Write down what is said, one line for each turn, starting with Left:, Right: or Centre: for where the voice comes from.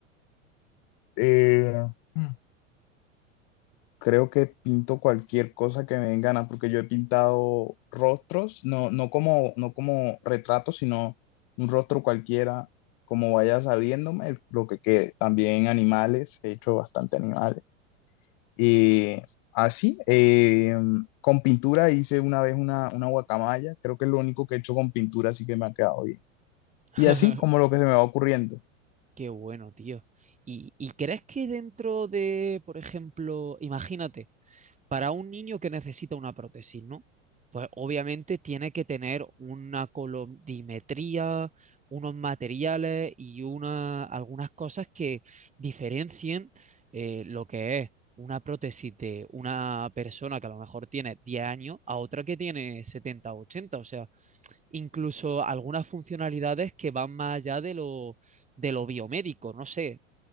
Left: Eh, Mm. creo que pinto cualquier cosa que me den ganas, porque yo he pintado rostros, no, no como, no como retratos, sino un rostro cualquiera, como vaya saliéndome, lo que quede. También animales, he hecho bastante animal, Eh, así, eh, con pintura hice una vez una, una guacamaya, creo que es lo único que he hecho con pintura, así que me ha quedado bien.
Right: <laughs>
Left: Y así como lo que se me va ocurriendo.
Right: Qué bueno, tío. ¿Y, y crees que dentro de, por ejemplo, imagínate, para un niño que necesita una prótesis, ¿no? Pues obviamente tiene que tener una colorimetría, unos materiales y una, algunas cosas que diferencien eh, lo que es una prótesis de una persona que a lo mejor tiene 10 años a otra que tiene setenta o ochenta, O sea, incluso algunas funcionalidades que van más allá de lo, de lo biomédico, no sé.